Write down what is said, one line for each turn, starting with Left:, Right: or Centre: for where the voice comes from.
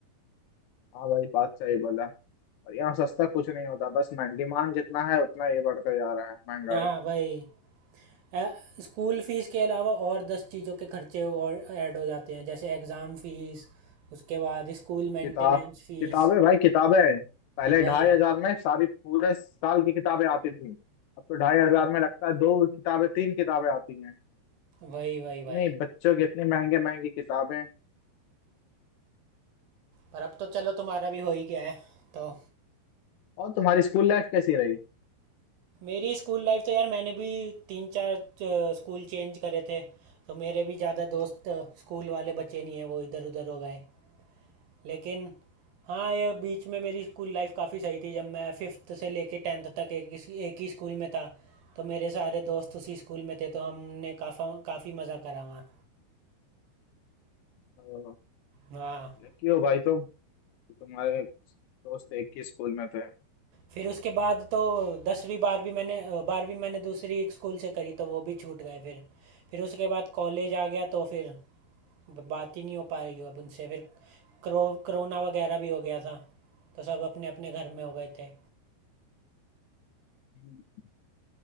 Left: हाँ भाई बात सही बोला और यहाँ सस्ता कुछ नहीं होता बस मैं डिमांड जितना है उतना ये बढ़ता जा रहा है महंगाई
Right: हाँ भाई अ, स्कूल फीस के अलावा और दस चीज़ों के खर्चे और ऐड हो जाते हैं जैसे एग्ज़ाम फीस उसके बाद स्कूल मेंटेनेंस
Left: किताब
Right: फीस
Left: किताबें भाई किताबें पहले
Right: वही
Left: ढाई हजार में सारी पूरे साल की किताबें आती थी अब तो ढाई हजार में लगता है दो किताबें तीन किताबें आती हैं
Right: वही वही वही
Left: इतनी बच्चों की इतनी महंगे महंगी किताबें
Right: पर अब तो चलो तुम्हारा भी हो ही गया है तो
Left: और तुम्हारी स्कूल लाइफ कैसी रही
Right: मेरी स्कूल लाइफ तो यार मैंने भी तीन चार अ, स्कूल चेंज करे थे तो मेरे भी ज़्यादा दोस्त अ, स्कूल वाले बचे नहीं हैं वो इधर उधर हो गए लेकिन हाँ ये बीच में मेरी स्कूल लाइफ काफ़ी सही थी जब मैं फिफ्थ से लेके टेंथ तक एक ही एक ही स्कूल में था तो मेरे सारे दोस्त उसी स्कूल में थे तो हमने काफ़ा काफ़ी मज़ा करा वहाँ
Left: अ,
Right: हाँ
Left: लकी हो भाई तुम कि तुम्हारे दोस्त एक ही स्कूल में थे
Right: फिर उसके बाद तो दसवीं बारहवीं मैंने अ, बारहवीं मैंने दूसरी एक स्कूल से करी तो वो भी छूट गए फिर फिर उसके बाद कॉलेज आ गया तो फिर ब- बात ही नहीं हो पा रही अब उनसे फिर करो कोरोना वगैरह भी हो गया था तो सब अपने अपने घर में हो गए थे
Left: हम्म।